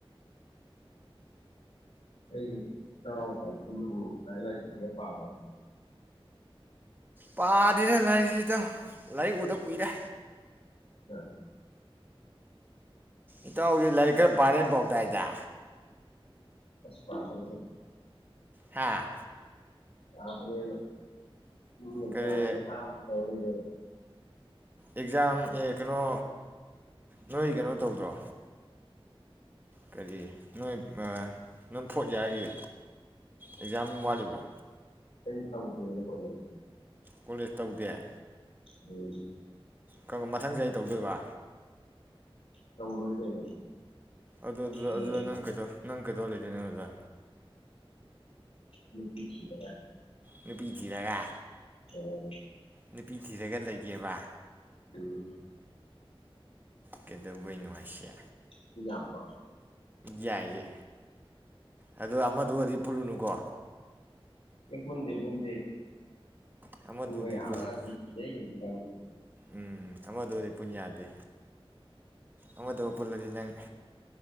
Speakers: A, on the left (about 85°); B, on the right (about 20°).
A: ꯑꯩꯒꯤ ꯏꯇꯥꯎ ꯀꯥꯏꯀꯨꯗꯨꯕꯨ ꯂꯥꯏꯔꯤꯛ ꯂꯥꯏꯁꯨ ꯈꯔ ꯄꯥꯕ꯭ꯔꯣ
B: ꯄꯥꯗꯦꯗ ꯂꯥꯏꯔꯤꯛꯁꯦ ꯏꯇꯥꯎ ꯂꯥꯏꯔꯤꯛ ꯎꯗ ꯀꯨꯏꯔꯦ
A: ꯑ
B: ꯏꯇꯥꯎꯗꯤ ꯂꯥꯏꯔꯤꯛ ꯈꯔ
A: ꯄꯥꯕ
B: ꯄꯥꯔꯦ ꯄꯥꯎꯇꯥꯏꯗ
A: ꯑꯁ ꯄꯥꯗꯦꯗ
B: ꯍꯥꯥ
A: ꯄꯥꯗꯦꯕ ꯇꯨꯝꯕꯅꯦ
B: ꯀꯔꯤ
A: ꯆꯥꯕꯅꯦ ꯂꯥꯡꯕꯅꯦ ꯇꯧ ꯂꯩꯔꯦ
B: ꯑꯦꯛꯖꯥꯝ ꯑꯦ ꯀꯩꯅꯣ ꯅꯣꯏ ꯀꯩꯅꯣ ꯇꯧꯗ꯭ꯔꯣ ꯀꯔꯤ ꯅꯣꯏ ꯑ ꯅꯣꯏ ꯐꯣꯔꯠ ꯏꯌꯥꯔꯒꯤ ꯑꯦꯛꯖꯥꯝ ꯋꯥꯠꯂꯤꯕ꯭ꯔꯣ
A: ꯑꯩ ꯇꯧꯗꯤꯌꯦ ꯀꯣꯂꯦꯖ
B: ꯀꯣꯂꯦꯖ ꯇꯧꯗꯦ
A: ꯎꯝ
B: ꯀꯔꯝ ꯃꯊꯪ ꯆꯍꯤ ꯇꯧꯗꯣꯏꯕ
A: ꯇꯧꯔꯔꯣꯏ ꯀꯩꯅꯣ
B: ꯑꯗꯨ ꯑꯗꯨ
A: ꯂꯣꯏꯔꯦ
B: ꯑꯗꯨꯗ ꯅꯪ ꯀꯩꯗꯧ ꯅꯪ ꯀꯩꯗꯧ ꯂꯩꯗꯣꯏꯅꯣ ꯑꯗꯨꯗ
A: ꯅꯨꯄꯤ ꯊꯤꯔꯒ
B: ꯅꯨꯄꯤ ꯊꯤꯔꯒ
A: ꯎꯝ
B: ꯅꯨꯄꯤ ꯊꯤꯔꯒ ꯂꯩꯒꯦꯕ
A: ꯎꯝ
B: ꯀꯩꯗꯧꯕꯩꯅꯣ ꯍꯥꯏꯁꯦ
A: ꯅꯨꯄꯤ ꯌꯥꯝꯕ꯭ꯔꯣ
B: ꯌꯥꯏꯌꯦ ꯑꯣ ꯑꯃꯗꯨꯒ ꯑꯣꯏꯔꯗꯤ ꯄꯨꯜꯂꯨꯅꯨꯀꯣ
A: ꯑꯩ ꯈꯪꯗꯦ ꯈꯪꯗꯦ
B: ꯑꯃꯗꯨꯗꯤ
A: ꯇꯨꯝꯕ ꯌꯥꯕꯖꯥꯠ
B: ꯄꯨꯜꯂꯨꯅꯨ
A: ꯅꯠꯇꯦ ꯀꯤꯖꯩꯅꯦ ꯄꯥꯝꯗꯦ
B: ꯎꯝ ꯑꯃ ꯗꯨꯗꯤ ꯄꯨꯟ ꯌꯥꯗꯦ ꯑꯃꯗꯨ ꯄꯨꯜꯂꯗꯤ ꯅꯪ